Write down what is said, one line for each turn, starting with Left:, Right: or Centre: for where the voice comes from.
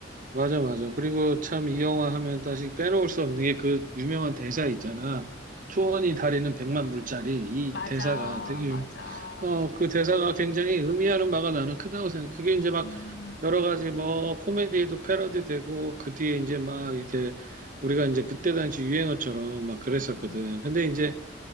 Right: 맞아, 맞아. 그리고 참 이 영화 하면 다시 빼놓을 수 없는 게 그 유명한 대사 있잖아. 초원이 다리는 백만 불짜리. 이
Left: 맞아,
Right: 대사가 되게,
Left: 맞아.
Right: 유- 어, 그 대사가 굉장히 의미하는 바가 나는 크다고 생각해. 그게 이제 막
Left: 음,
Right: 여러 가지 뭐 코미디에도 패러디 되고 그 뒤에 이제 막 이렇게 우리가 이제 그때 당시 유행어처럼 막 그랬었거든.
Left: 음,
Right: 근데 이제